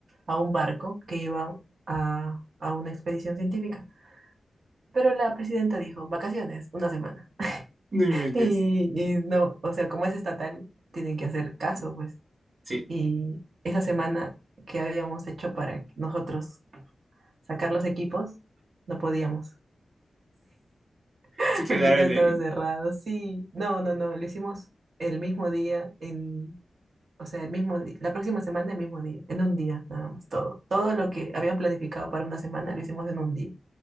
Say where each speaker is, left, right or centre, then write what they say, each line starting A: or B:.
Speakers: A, on the right; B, on the right.
A: a un barco que iba a, a una expedición científica. Pero la presidenta dijo, vacaciones, una semana.
B: No inventes.
A: Y, y no, o sea, como es estatal, tienen que hacer caso, pues.
B: Sí.
A: Y esa semana que habíamos hecho para nosotros sacar los equipos, no podíamos, <laughs>
B: Se quedaron
A: porque todo estaba
B: ahí.
A: cerrado. Sí, no, no, no, lo hicimos el mismo día en O sea, el mismo día, la próxima semana, el mismo día, en un día, nada más, todo. Todo lo que habían planificado para una semana lo hicimos en un día.